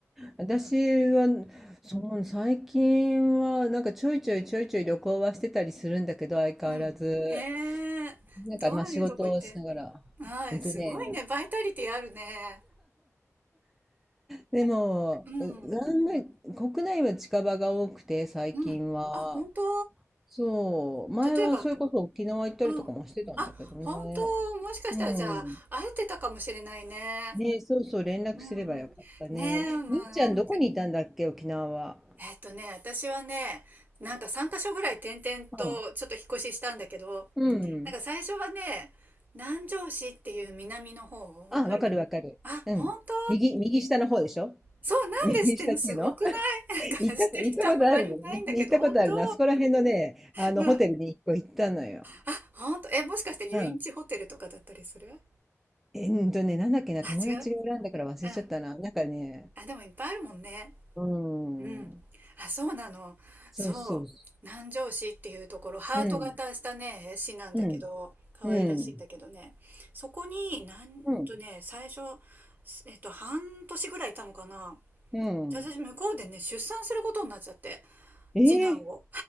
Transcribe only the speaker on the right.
うん。へえ、
どういうとこ行って。
はい、
すごいね。バイタリティあるね。
うん。
うん。あ、本当
例えば、うん。あ、本当もしかしたらじゃあ、
会えてたかもしれないね。
うんうん。ねえ、まあ、
えっとね、私はね、なんか3カ所ぐらい転々とちょっと引っ越ししたんだけど、
なんか最初はね、南城市っていう南の方、わかる
あ、
本当
そう、
なんでしってんのすごくないなんかしてる人あんまりいないんだけど、
本当
うん。
あ、本当え、もしかして遊園地ホテルとかだったりする
あ、
違ううん。
あ、でもいっぱいあるもんね。
うん。あ、そうなの。
そう。南城市っていうところ、ハート型したね、
市なんだけど、
可愛らしいんだけどね。
そこに、なんとね、
最初、えっと、半年ぐらいいたのかな。
で私、向こうでね、出産することになっちゃって、
次男を。